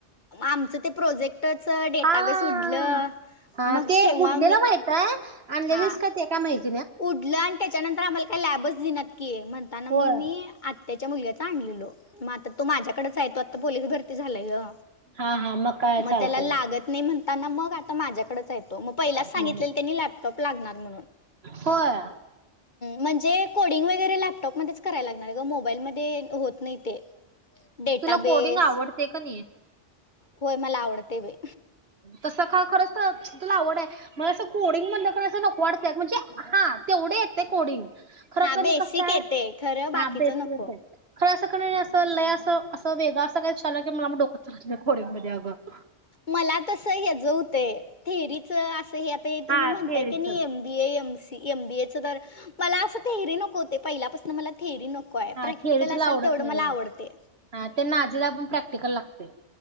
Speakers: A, on the left; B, on the right.
A: आमचं ते प्रोजेक्टच डेटाबेस
B: हा हा
A: उडलं.
B: हा
A: मग
B: ते
A: तेव्हा
B: उडलेलं
A: मी
B: माहित आहे आणलेलेस
A: हा
B: का ते काय माहित
A: उडलं आणि त्याच्यानंतर आम्हाला काय लॅबच देईनात. म्हणताना मग
B: होय
A: मी आत्त्याच्या मुलीचा आणलेलो मग आता तो माझ्याकडेच आहे तो पोलीस भरती झालाय ग.
B: हा हा काय
A: मग
B: चालतंय
A: त्याला लागत नाही म्हणताना मग आता माझ्याकडेच आहे तो मग पहिलाच
B: हा
A: सांगितलेलं
B: हा
A: त्यांनी लॅपटॉप लागणार. लागणार म्हणून
B: होय
A: म्हणजे कोडींग वगैरे लॅपटॉपमध्येच कराय लागणार ग मोबाईलमध्ये होत नाही ते. डेटाबेस
B: तुला कोडिंग आवडते का नाही
A: होय मला आवडते बाई
B: तसं का खरंच तुला आवड आहे मला असं कोडिंग म्हणण असं नको वाटतंय म्हणजे हा तेवढे येत कोडिंग खर
A: हा
B: क
A: बेसिक
B: कस आहे
A: येते खरं बाकीचं
B: हा बेस
A: नको
B: बस खर क अस ल असं वेगं असं काय झाललं की मला मग डोकत राथो्यां ममध्ये अगं
A: मला तस हचं होतंय थेरीच असं हे आता तुम्ही
B: हा
A: म्हणताय
B: थेरीच
A: की नाही एम बी ए एम सी एमबीए तर मला अस थरी नको पहिल्यापासून मला थरी नक य
B: हा
A: प्रॅक्टिकल
B: थेअरी तुला
A: असेल
B: आवडत
A: तेवढं
B: नाही
A: मला
B: ना
A: आवडते
B: हा ते नाजीला पण प्रॅक्टिकल लागते